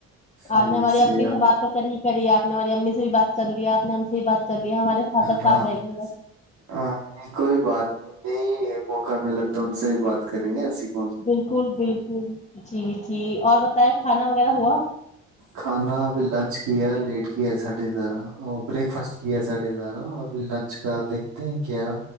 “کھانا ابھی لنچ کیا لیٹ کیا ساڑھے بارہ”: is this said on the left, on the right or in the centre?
Right